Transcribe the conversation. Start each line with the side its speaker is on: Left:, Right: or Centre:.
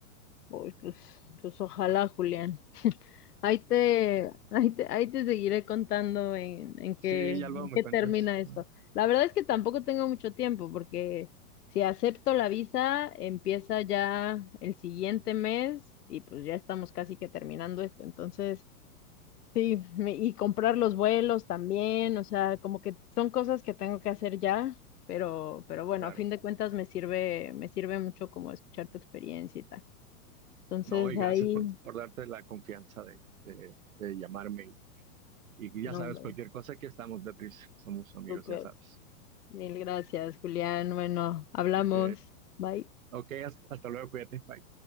Left: Uy, pues, pues ojalá, Julián. <laughs> Ahí te, ahí te, ahí te seguiré contando en, en qué,
Right: Sí,
Left: en
Right: ya luego me
Left: qué
Right: cuentas,
Left: termina esto.
Right: ¿no?
Left: La verdad es que tampoco tengo mucho tiempo porque si acepto la visa, empieza ya el siguiente mes y pues ya estamos casi que terminando esto. Entonces, sí, me- y comprar los vuelos también, o sea, como que son cosas que tengo que hacer ya, pero, pero bueno,
Right: claro.
Left: a fin de cuentas me sirve, me sirve mucho como escuchar tu experiencia y tal. Entonces
Right: No, y
Left: ahí,
Right: gracias por, por darte la confianza de, de- de llamarme. Y, y ya
Left: no,
Right: sabes,
Left: hombre,
Right: cualquier cosa, aquí estamos, Beatriz. Somos amigos,
Left: súper.
Right: ya sabes.
Left: Mil gracias, Julián. Bueno, hablamos.
Right: Ok,
Left: Bye.
Right: ok, hasta hasta luego, cuídate, bye.